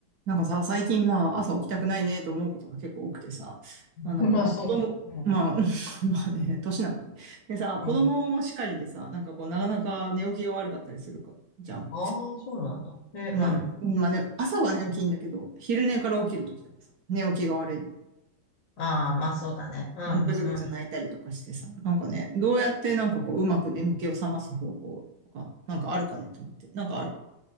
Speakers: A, on the right; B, on the left.
A: なんかさ、最近まあ朝起きたくないねと思うことが結構多くてさ、
B: <laughs>
A: まあなんか、
B: あ、
A: まあ子供、
B: そうなのね。う
A: まあ、<laughs> まあね、年なんかね。でさ、
B: ん。
A: 子供もしかりでさ、
B: うん。
A: なんかこうなかなか寝起きが悪かったりするか、じゃん。
B: ああ、そうなんだ。で、
A: まあ、
B: うん。
A: まあね、朝は寝起きいいんだけど、昼寝から起きるときとかさ、寝起きが悪い。
B: ああ、まあそうだね。うん。
A: うんぐずぐず泣いたりとかしてさ、
B: うん。
A: なんかね、どうやってなんかこううまく眠気を覚ます方法とか、なんかあるかねと思って。なんかある。